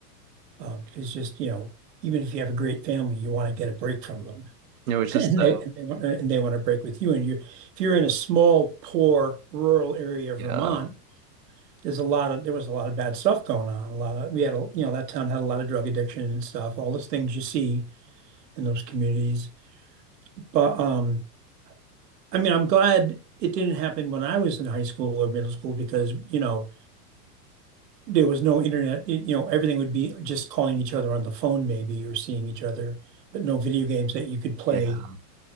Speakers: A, on the right; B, on the right.
A: Um, because just, you know, even if you have a great family, you want to get a break from them. <laughs>
B: It was just
A: And
B: so
A: they and they want and they want to break with you. And you if you're in a small, poor, rural area of
B: yeah,
A: Vermont, there's a lot of there was a lot of bad stuff going on. A lot of we had a you know, that town had a lot of drug addiction and stuff, all those things you see in those communities. But um I mean, I'm glad it didn't happen when I was in high school or middle school because, you know, there was no internet. y- You know, everything would be just calling each other on the phone maybe or seeing each other, but no video games that you could play,
B: yeah.